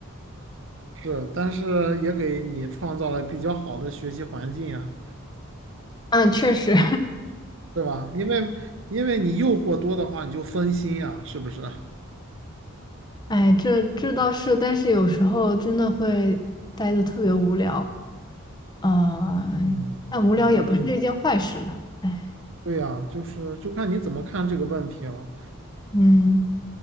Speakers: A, on the right; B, on the left.
A: 是，但是也给你创造了比较好的学习环境呀，
B: 啊，确实，
A: <laughs> 是吧？因为因为你诱惑多的话，你就分心呀，是不是？
B: <laughs> 哎，这这倒是，但是有时候真的会待的特别无聊。嗯，
A: 嗯，
B: 但无聊也不是一件坏事了。
A: 是，那确实。
B: 哎，
A: 对呀，就是就看你怎么看这个问题了。
B: 嗯，